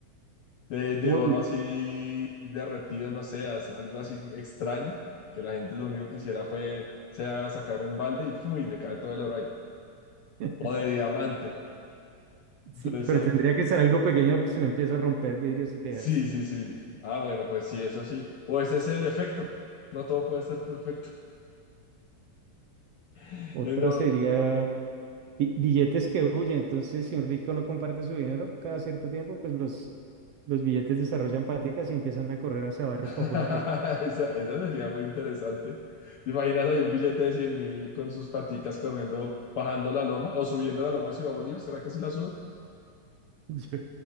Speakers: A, on the left; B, on the right.
A: De, de
B: Uy,
A: oro así derretido, no sé, hace algo así extraño, que la gente lo único que hiciera fue se haga sacar un balde y ¡fum! y le cae todo el oro ahí.
B: <laughs>
A: O de diamante.
B: sí,
A: Entonces,
B: pero
A: ahí-
B: tendría que ser algo pequeño porque si no empieza a romper vidrios y tejas.
A: sí, sí, sí. Ah, bueno, pues sí, eso sí. O ese es el efecto. No todo puede ser perfecto. <laughs>
B: Otra sería bi- billetes que huyen. Entonces, si un rico no comparte su dinero, cada cierto tiempo, pues los, los billetes desarrollan paticas y empiezan a correr hacia barrios
A: <laughs>
B: populares.
A: Esa, esa sería muy interesante. ¿Te imaginas ahí un billete de cien mil con sus paticas corriendo, bajando la loma o subiendo la loma a Ciudad Bolívar? ¿Será que sí la sube?
B: <laughs> Yo-